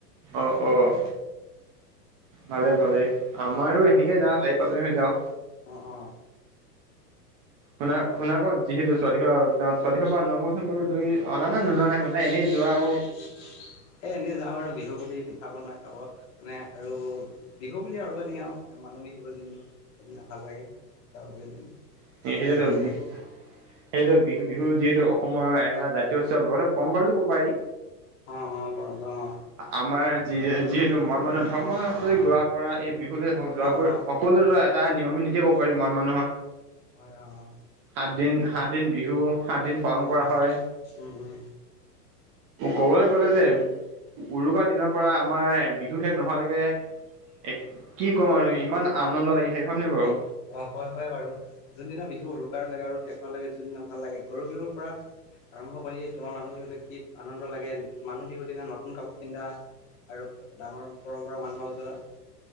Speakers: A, on the right; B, on the left.
A: অ', অ' ভালে, ভালে আমাৰো সেনেকে যাওঁ চাৰি পাঁচজন হৈ যাওঁ।
B: অ', অ'।
A: শুনা, শুনা আকৌ যিহেতু ছোৱালী ঘৰ ছোৱালী ঘৰৰ নম্বৰ চম্বৰ লৈ অনা নে <unintelligible> নে এনেই যোৱা আকৌ
B: এ, এনেই যাওঁ আৰু বিহু বুলি পিঠা পনা খাব। মানে আৰু বিহু বুলি আৰু এনেই আৰু মানুহ বিহু যি সেইদিনা ভাল লাগে। <inaudible>
A: <inaudible> সেই
B: কেইবাজনো হৈ
A: বিহু, বিহু যিহেতু অসমৰ এটা জাতীয় উৎসৱ লগতে পৰম্পৰা বুলিও ক'ব পাৰি।
B: অ', অ', পৰম্পৰা অ'।
A: আমাৰ যি-যিহেতু মৰান মানুহৰ ধৰ্মই গোৱাপাৰা এই বিহু যোৱাবোৰ
B: অঁ অঁ
A: সকলোলৈ এটা নিয়ম নীতি ক'ব পাৰি মানুহৰ।
B: হয়, অ'।
A: সাতদিন, সাতদিন বিহু সাতদিন পালন
B: অঁ
A: কৰা হয়।
B: উম, উম।
A: ক'বলৈ গ'লে যে উৰুকা দিনৰ পৰা আমাৰ বিহু শেষ নোহোৱালেকে এ, কি ক'ম আৰু ইমান আনন্দ লাগি থাকে হয়, নহয় বাৰু।
B: অ', হয়, হয়, বাৰু যোনদিনা বিহু উৰুকাৰ লাগে আৰু শেষহোৱাৰ লৈকে যোনদিনা ভাললাগে গৰু বিহুৰ পৰা আৰম্ভ কৰি তোমাৰ মানুহ বিহুলৈ কি আনন্দ লাগে মানুহ বিহুৰ দিনা নতুন কাপোৰ পিন্ধা আৰু ডাঙৰ পৰম্পৰা মানুহৰ <unintelligible>